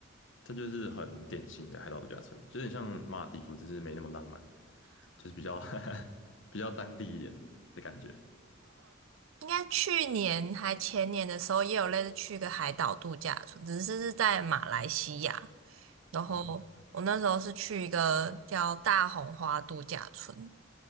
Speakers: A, on the left; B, on the right.
A: 它就是很典型的海岛度假村，有点像马尔代夫，只是没那么浪漫，就是比较 <laughs> 比较当地一点的感觉。
B: 应该去年还前年的时候，也有类似去一个海岛度假村，只是是在马来西亚。然后我那时候是去一个叫大红花度假村，
A: 啊。